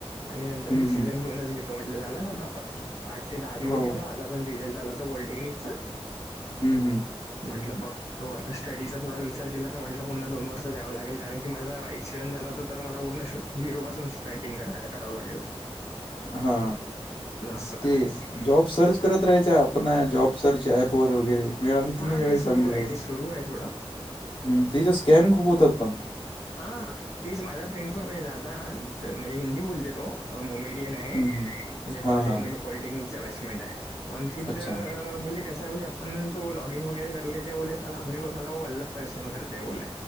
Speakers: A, on the left; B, on the left.
A: आणि नंतर
B: हं,
A: डिसिजन
B: हं.
A: घेऊनच घेतो म्हटलं, झालं ना आता पण आठ ते दहा दिवस
B: हो
A: झाला माझा पण रिझल्ट झाला आता पॉलिटेक्निकचा
B: हुं हुं.
A: म्हटलं मग. तो आता स्टडीचा थोडा विचार केला तर म्हटलं, पुन्हा दोन वर्ष द्यावं लागेल, कारण की माझा एक्सिडेंट झाला होता तर मला पूर्ण असं झिरो पासून स्टार्टिंग क करावं लागेल.
B: हा
A: असं
B: ते जॉब सर्च करत राहायच्या, आपण जॉब सर्च ॲपवर वगैरे मिळाली तर
A: हा
B: मिळाली
A: ते सुरू
B: चांगली
A: आहे
B: नोकरी,
A: ते सुरू आहे थोडं
B: हम् त्याज स्कॅम खूप होतात पण
A: हा तीच माझा फ्रेंड पण म्हणे, दादा म्हणजे हिंदी बोलते तो अ मोमेडियन हाय.
B: हं, हं.
A: म्हणजे
B: हां,
A: कॉले
B: हां.
A: म्हणजे पॉलिटेक्निक चा बॅचमेट हाय, अंकित
B: अच्छा.
A: बोले कस आहे बोले आप पण तो लॉग इन वगैरे करलेते बोले, साला आपने को साला अलग परेशान करते है बोल्या